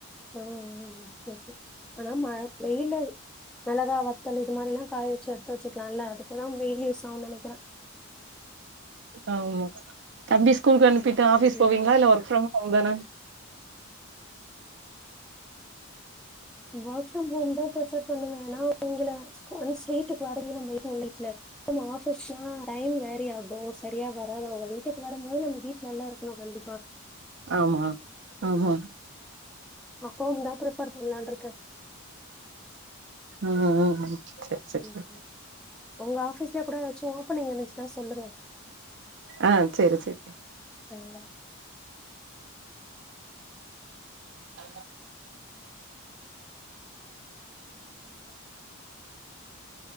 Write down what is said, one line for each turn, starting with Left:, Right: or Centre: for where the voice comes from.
Centre: ம் ம் ம் ஓகே ஆனா மழை வெயிலு மிளகா வத்தல் இது மாரிலா காய வச்சு எடுத்து வச்சுக்லால்ல அதுப்பதா வெயில் யூஸ் ஆவு நனக்கிற
Right: ஆமா தம்பி ஸ்கூல்க் அணுப் பிட்டு ஆஃபிஸ்
Centre: ம்
Right: போவிங்ளா இல்ல ஒர்க் ஃப்ரம் ஒங்கன
Centre: ஓக் ஃப்ரம் ஹொம் தா ப்ரஃபர் தொன்ணுவே ஏனா இங்கில ஒன்ஸ் வீட்டுக்கு வரது <unintelligible> வீட்ல ஆஃபஸ்னா டைம் வேரி ஆகும சரியா வராது அவ்ங்க வீட் டுக் வரம்மோது நம் வீட்ல நல்ல இருக்குணு கண்டிப்பா
Right: ஆமா ஆமா
Centre: ஆஹோம் தான் பிரிஃபர் பண்ணலான் தஸ்
Right: ம் ம் சரி
Centre: ம்ஹ்ம்.
Right: சரி
Centre: உங்க ஆபீஸ்லய கூட ஏதாச்சும் ஓப்பன்ங் இருந்துச்சுன்னா சொல்லுங்க
Right: ஆ சரி சரி
Centre: ங்க
Right: ஆஹ
Centre: உ